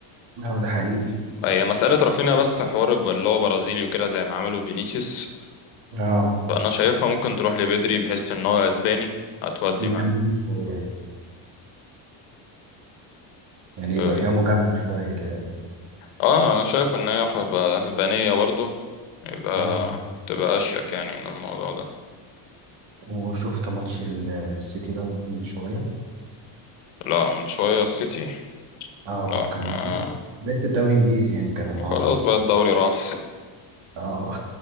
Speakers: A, on the right; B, on the left.
A: لا ده حقيقي
B: هي مساله رافينا بس حوار ب- اللي هو برازيلي وكده زي ما عملوا فينيسيوس
A: اه
B: فانا شايفها ممكن تروح لبيدري بحيث ان هو اسباني هتودي
A: يجاملين
B: معاه
A: في يعني يبقى
B: اه
A: فيها مجاملة شوية كده يعني
B: آه، انا شايف ان هي هتبقى اسبانيه برضه يبقى
A: اه
B: تبقى اشيك يعني من الموضوع ده
A: وشفت ماتش ال- السيتي ده من شوية
B: لا من شويه السيتي
A: اه
B: لا ما
A: كان بداية الدوري الإنجليزي يعني كان النهاردة
B: وخلاص
A: أصلا
B: بقى الدوري راح
A: اه